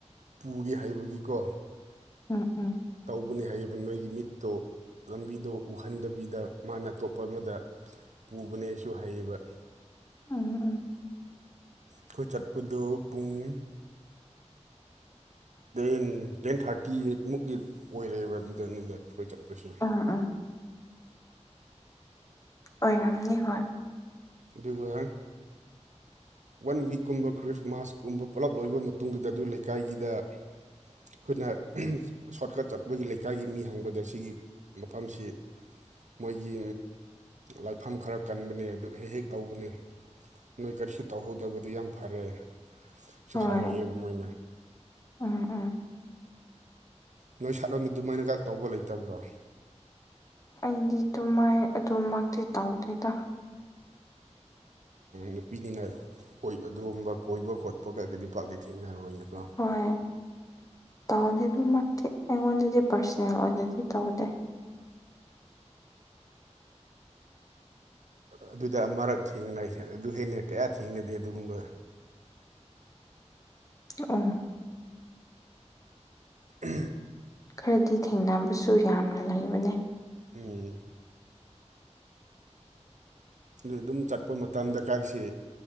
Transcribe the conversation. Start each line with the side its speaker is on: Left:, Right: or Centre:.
Right: ꯄꯨꯒꯦ ꯍꯥꯏꯕꯒꯤꯀꯣ
Left: ꯎꯝ ꯎꯝ
Right: ꯇꯧꯕꯅꯦ ꯍꯥꯏꯌꯦꯕ ꯅꯣꯏꯒꯤ ꯃꯤꯠꯇꯣ ꯂꯝꯕꯤꯗꯣ ꯎꯍꯟꯗꯕꯤꯗ ꯗ ꯃꯥꯅ ꯑꯇꯣꯞꯄ ꯑꯃꯗ ꯄꯨꯕꯅꯦꯁꯨ ꯍꯩꯌꯦꯕ
Left: ꯎꯝ ꯎꯝ
Right: ꯈꯣꯏ ꯆꯠꯄꯗꯨ ꯄꯨꯡ ꯇꯦꯟ ꯇꯦꯟ ꯊꯥꯔꯇꯤꯃꯨꯛꯇꯤ ꯑꯣꯏꯔꯦꯕ ꯑꯗꯨꯗ ꯑꯗꯨꯗ ꯑꯩꯈꯣꯏ ꯆꯠꯄꯁꯦ
Left: ꯎꯝ ꯎꯝ ꯑꯣꯏꯔꯝꯅꯤ ꯍꯣꯏ
Right: ꯑꯗꯨꯒ ꯋꯥꯟ ꯋꯤꯛꯀꯨꯝꯕ ꯈ꯭ꯔꯤꯁꯃꯥꯁꯀꯨꯝꯕ ꯄꯨꯜꯂꯞ ꯂꯣꯏꯕ ꯃꯇꯨꯡꯗꯨꯗ ꯑꯗꯨ ꯂꯩꯀꯥꯏꯒꯤꯗ ꯑꯩꯈꯣꯏꯅ ꯁꯣꯔꯠꯀꯠ ꯆꯠꯄꯒꯤ ꯂꯩꯀꯥꯏꯒꯤ ꯃꯤ ꯍꯪꯕꯗ ꯁꯤꯒꯤ ꯃꯐꯝꯁꯤ ꯃꯣꯏꯒꯤ ꯂꯥꯏꯐꯝ ꯈꯔ ꯀꯟꯕꯅꯦ ꯑꯗꯨ ꯍꯦꯛ ꯍꯦꯛ ꯇꯧꯕꯅꯦ ꯅꯣꯏ ꯀꯔꯤꯁꯨ ꯇꯧꯍꯧꯗꯕꯗꯤ ꯌꯥꯝ ꯐꯔꯑꯦ ꯁꯨ
Left: ꯍꯣꯏ
Right: ꯍꯥꯏꯔꯛꯑꯦꯕ ꯃꯣꯏꯅ
Left: ꯎꯝ ꯎꯝ
Right: ꯅꯣꯏ ꯁꯥꯠꯂꯣꯝꯕꯤ ꯑꯗꯨꯃꯥꯏꯅꯒ ꯇꯧꯕ ꯂꯩꯇꯕ꯭ꯔꯣ
Left: ꯑꯩꯗꯤ ꯑꯗꯨꯥꯏ ꯑꯗꯨꯃꯛꯇꯤ ꯇꯧꯗꯦꯗ
Right: ꯅꯨꯄꯤꯅꯤꯅꯣꯏ ꯑꯗꯨꯒꯨꯝꯕ ꯀꯣꯏꯕ ꯈꯣꯠꯄ ꯈꯛꯇꯗꯤ ꯄꯥꯛꯇꯦ ꯊꯦꯡꯅꯔꯔꯣꯏꯅꯀꯣ
Left: ꯍꯣꯏ ꯇꯧꯅꯤ ꯑꯗꯨꯃꯛꯇꯤ ꯑꯩꯉꯣꯟꯗꯗꯤ ꯄꯥꯔꯁꯣꯅꯦꯜ ꯑꯣꯏꯅꯗꯤ ꯇꯧꯗꯦ
Right: ꯑꯗꯨꯗ ꯃꯔꯛ ꯊꯦꯡꯅꯩ ꯑꯗꯨ ꯍꯦꯟꯅ ꯀꯌꯥ ꯊꯦꯡꯅꯗꯦ ꯑꯗꯨꯒꯨꯝꯕ
Left: ꯑꯣ
Right: ꯎꯝ
Left: ꯈꯔꯗꯤ ꯊꯦꯡꯅꯕꯁꯨ ꯌꯥꯝꯅ ꯂꯩꯕꯅꯦ
Right: ꯎꯝ ꯑꯗꯨ ꯑꯗꯨꯝ ꯆꯠꯄ ꯃꯇꯝꯗ ꯀꯥꯏꯁꯤ